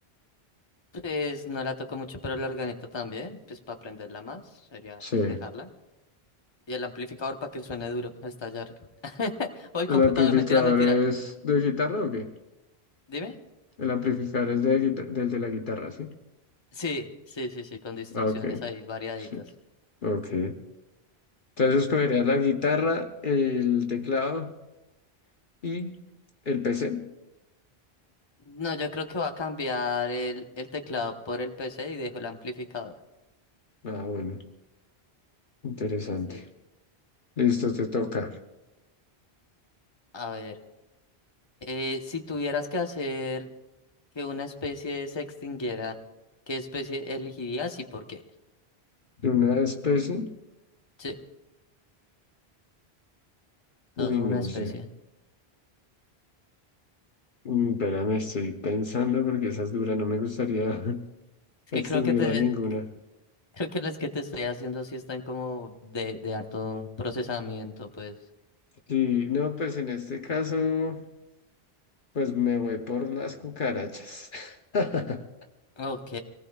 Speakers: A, on the left; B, on the left.
A: pues no la toco mucho, pero la organeta también, pues para aprenderla más, sería
B: Sí.
A: pues dejarla. Y el amplificador para que suene duro, estallarlo. <laughs> O el
B: ¿El
A: computador,
B: amplificador
A: mentira, mentira.
B: es de guitarra o qué?
A: Dime.
B: El amplificador es de guita- del de la guitarra, ¿sí?
A: Sí, sí, sí, sí, con distorsiones
B: Ah, ok.
A: ahí variaditas.
B: Sí. Ok. Entonces escogerías la guitarra, el teclado y el PC.
A: No, yo creo que voy a cambiar el, el teclado por el PC y dejo el amplificador.
B: Ah, bueno. Interesante.
A: Sí.
B: Listo, te toca.
A: A ver, eh, si tuvieras que hacer que una especie se extinguiera, ¿qué especie elegirías y por qué?
B: ¿De una especie?
A: Sí, toda
B: Uy, no
A: una especie.
B: sé. Mm, Espérame, estoy pensando porque esas duras no me gustaría <laughs>
A: Es
B: extinguir
A: que creo que te,
B: a ninguna.
A: <laughs> creo que las que te estoy haciendo sí están como de, de harto procesamiento, pues.
B: Sí, no, pues en este caso. Pues me voy por las cucarachas. <laughs>
A: Ok,